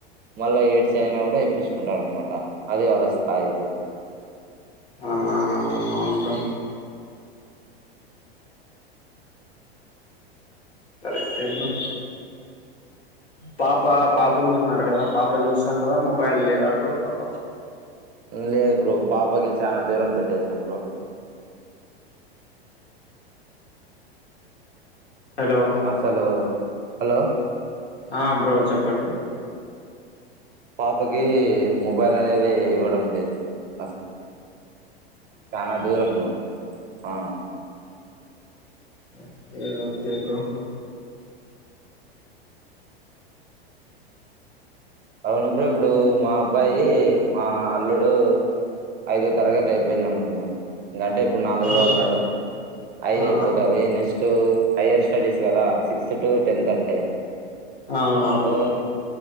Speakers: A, on the right; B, on the left.
A: మల్ల ఎయిడ్స్. చైనా కూడా ఇప్పించుకుంటారు. అన్నమాట అదే వాళ్ళ, స్థాయి ఇప్పుడు
B: ఆ అవును అవును. తో కరెక్ట్ ఎ బ్రో. పాప పాప ఉందన్నారు కదా పాప చూస్తుాంటదా. మొబైల్ లేదా అ బ్రో పాప,
A: లేదు బ్రో పాపకి చాన దూరం పెట్టేసినం బ్రో
B: హలో
A: అసలు హలో
B: ఆ బ్రో చెప్పండి
A: పాపకి మొబైల్ అనేది ఇవ్వడం లేదు అస చనా దూరం బ్రో ఆ
B: ఓకే ఓకే బ్రో
A: అవును బ్రో ఇప్పుడు మా అబ్బాయి మా అల్లుడు ఐదో తరగతి అయిపోయింది అనకొ ఇంగ అంటే ఇప్పుడు నాలుగు
B: ఆ
A: లో ఉన్నాడు ఐదు
B: ఆ
A: అయిపోతది నెక్స్ట్ ఇప్పుడు హైయర్ స్టడీస్ కదా సిక్స్త్ టు టెన్త్ అంటే
B: అవును అవును
A: ఆ